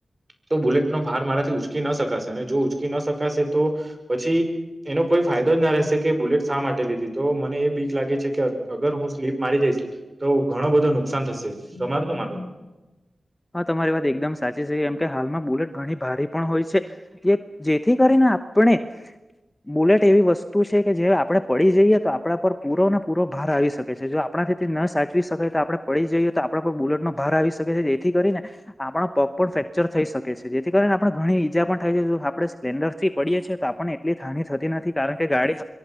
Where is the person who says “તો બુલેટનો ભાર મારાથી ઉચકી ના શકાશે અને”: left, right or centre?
Right